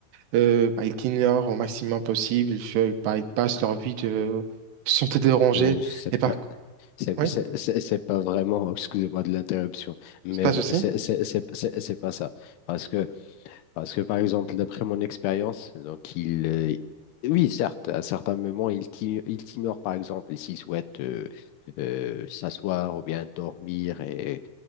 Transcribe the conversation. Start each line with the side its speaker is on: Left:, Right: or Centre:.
Right: euh, bah, ils t'ignorent au maximum possible, ils, fe- bah, ils passent leur vie de, sans te déranger.
Left: Euh, c'est
Right: Et par...
Left: pas, c'est,
Right: Oui,
Left: c'est- c'est- c'est pas vraiment, <laughs> excusez-moi de l'interruption, mais
Right: c'est passe
Left: v-
Right: aussi
Left: c'est c'est- c'est- c'est- c'est pas ça. Parce que Parce que, par exemple, d'après mon expérience, donc il, euh, oui, certes, à certains moments, il t'i- il t'ignore, par exemple, s'il souhaite euh, euh, s'asseoir ou bien dormir et